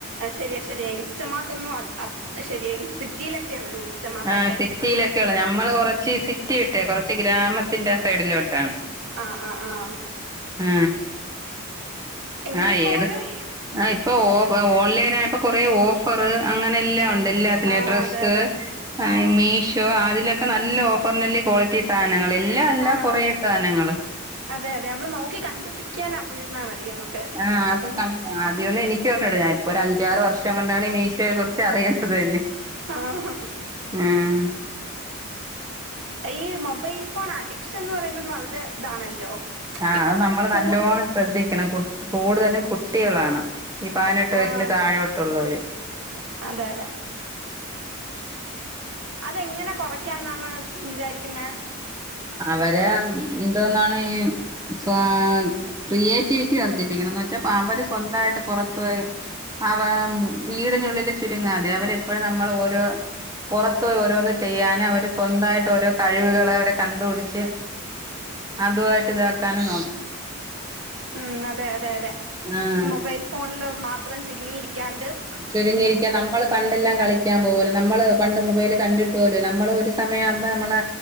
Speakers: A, on the right; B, on the right.
A: ശരിയ ശരി ഇൻസ്റ്റമാട്ട് ഒന്നും ശരിയ ഇൻ സിറ്റിയിലൊക്കെ ഉള്ളൂ ഇൻസ്റ്റമാർട്ടൊക്കെ
B: ആ സിറ്റിയിലൊക്കെ ഉള്ളൂ നമ്മള് കുറച്ച് സിറ്റി വിട്ടേ കുറച്ച് ഗ്രാമത്തിന്റെ സൈഡിലോട്ടാണ്
A: ആഹ് ആഹ് ആഹ്
B: ആ
A: എങ്കിൽ
B: ആഹ്
A: പോലും
B: ഏത് ആ ഇപ്പൊ ഓഫ് ഓൺലൈൻ ആയപ്പോ കൊറേ ഓഫറ് അങ്ങനെ എല്ലാം ഉണ്ട് ലെ ലെ
A: ആഹ്
B: ഡ്രസ്സ്‌
A: അതെ അതെ
B: മീഷോ അതിലൊക്കെ നല്ല ഓഫറിന് ക്വാളിറ്റി സാധനങ്ങൾ എല്ലാം അല്ല
A: ആഹ്
B: കുറേ സാധനങ്ങള്
A: അതെ അതെ നമ്മള് നോക്കി കണ്ടുപിടിക്കാൻ അറിഞ്ഞിരുന്നാ മതി നമുക്ക്
B: ആഹ് അത് ആദ്യമൊന്നും എനിക്ക് അറിഞ്ഞൂടാ ഇപ്പൊ ഒരു അഞ്ചാറ് വർഷം കൊണ്ടാണ് ഈ മീഷോയെ കുറിച്ച് അറിയുന്നത് തന്നെ
A: ആഹ്
B: ആഹ്
A: ഈ മൊബൈൽ ഫോൺ അഡിക്ഷൻന്ന് പറയുന്നത് വളരെ ഇതാണല്ലോ
B: ആ
A: ഇപ്പം
B: അത് നമ്മള്
A: കൂടു
B: നല്ലോണ്ണം ശ്രദ്ധിക്കണം കൂടുതലും കുട്ടികളാണ് ഈ പതിനെട്ട് വയസ്സില്
A: ആഹ്
B: തായോട്ടുള്ളവർ
A: അതെ അതെ അതെങ്ങനെ കുറയ്ക്കാം എന്നാണ് വിചാരിക്കുന്നത്
B: അവര് എന്തോന്നാണ് ഈ സ ക്രിയേറ്റിവിറ്റി വർദ്ധിപ്പിക്കണംന്ന് വച്ചാപ്പോ അവര് സ്വന്തമായിട്ട് പുറ പോയി അവ വീടിനുള്ളിൽ ചുരുങ്ങാതെ അവരെപ്പോഴും നമ്മൾ ഓരോ പുറത്ത് പോയി ഓരോന്ന് ചെയ്യാന് അവര് സ്വന്തായിട്ട് ഓരോ കഴിവുകള് അവരെ കണ്ടുപിടിച്ച് അതു ആയിട്ട് ഇതാക്കാനും നോക്കി
A: ഉം അതെ അതെ അതെ
B: ആഹ്
A: മൊബൈൽ ഫോണില് മാ ത്രം ചുരുങ്ങിയിരിക്കാണ്ട്
B: ചുരുങ്ങിയിരിക്കാൻ
A: ഉം
B: നമ്മള് പണ്ടെല്ലാം കളിക്കാൻ പോവൂലൊ നമ്മള് പണ്ട് മൊബൈല് കണ്ടിട്ട് പോലും ഇല്ല നമ്മള് ഒരു സമയാവുമ്പം നമ്മളെ